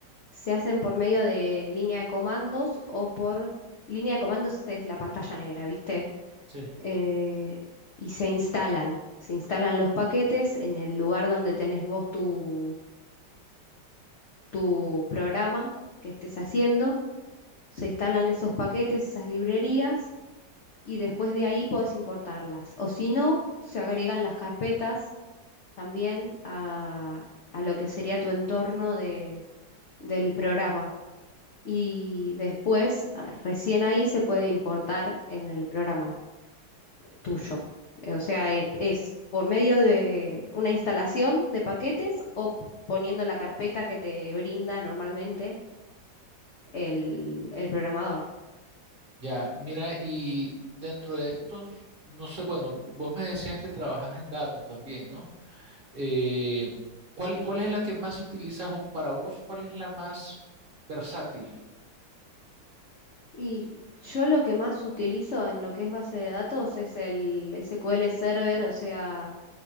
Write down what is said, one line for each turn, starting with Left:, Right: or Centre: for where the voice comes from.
Left: se hacen por medio de línea de comandos o por línea de comandos es la pantalla negra, ¿viste?
Right: Sí.
Left: eh, y se instalan. Se instalan los paquetes en el lugar donde tenés vos tu, tu programa que estés haciendo. Se instalan esos paquetes, esas librerías, y después de ahí podés importarlas. O si no, se agregan las carpetas también a, a lo que sería tu entorno de, del programa. Y después, a- recién ahí se puede importar en el programa. tuyo. Eh, O sea, e- es, por medio de una instalación de paquetes o p- poniendo la carpeta que te brinda normalmente el, el programador.
Right: Ya, mira, y dentro de estos, no sé, bueno, vos me decías que trabajas en datos también, ¿no? Eh, ¿cuál, cuál es la que más utilizas o para vos? ¿Cuál es la más versátil?
Left: Y yo lo que más utilizo en lo que es base de datos es el SQL Server, o sea,